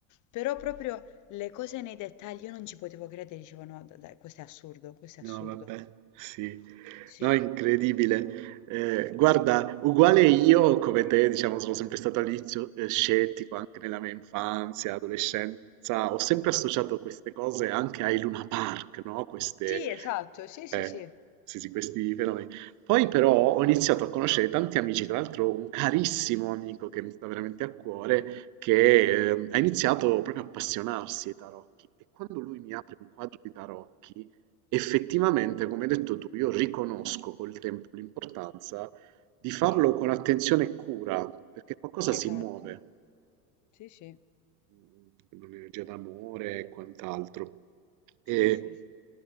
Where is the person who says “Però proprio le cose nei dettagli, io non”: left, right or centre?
Left